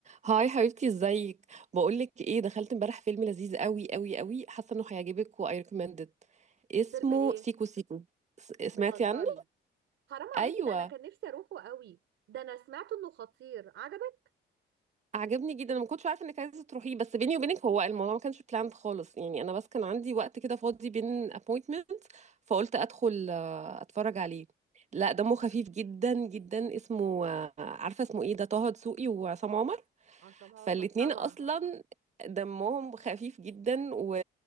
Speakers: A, on the right (about 35°); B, on the right (about 75°).
A: هاي حبيبتي ازيك بقولك ايه دخلت امبارح فيلم لذيذ قوي قوي قوي حاسه انه هيعجبك واي ريكومندد اسمه
B: فيلم ايه
A: سيكو سيكو س- سمعتي
B: بتهزري
A: عنه
B: حرام
A: ايوه
B: عليكي ده انا كان نفسي اروحه قوي ده انا سمعت انه خطير عجبك
A: عجبني جدا انا ما كنتش عارفه انك عايزه تروحيه بس بيني وبينك هو الموضوع ما كانش بلاند خالص يعني انا بس كان عندي وقت كده فاضي بين appointments فقلت ادخل آه، اتفرج عليه لا دمه خفيف جدا جدا اسمه آه، عارفه اسمه ايه ده طه دسوقي وعصام عمر
B: عصام عمر
A: فالاتنين
B: طبعا
A: اصلا دمهم خفيف جدا و...